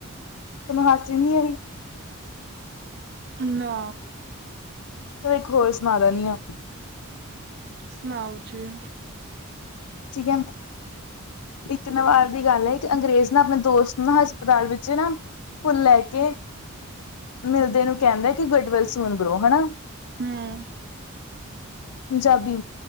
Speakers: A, on the left (about 80°); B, on the right (about 45°).
A: ਤੁਹਾਨੂੰ ਹਾੱਸੀ ਨਹੀਂ ਆਈ?
B: ਨਾ
A: ਤੇ ਇੱਕ ਹੋਰ ਸੁਣਾ ਦੇਣੀ ਆ।
B: ਸੁਣਾਓ ਜੀ।
A: ਠੀਕ ਐ, ਇੱਕ ਨਵਾਰ ਦੀ ਗੱਲ ਐ। ਇੱਕ ਅੰਗਰੇਜ਼ ਨਾ ਆਪਣੇ ਦੋਸਤ ਨਾ ਹਸਪਤਾਲ ਵਿੱਚ ਨਾ ਫੁੱਲ ਲੈ ਕੇ ਮਿਲਦੇ ਨੂੰ ਕਹਿੰਦਾ ਕਿ ਗੁੱਡਵਲ ਸੂਣ ਬਰੋ ਹਨਾ।
B: ਹਮ।
A: ਪੰਜਾਬੀ,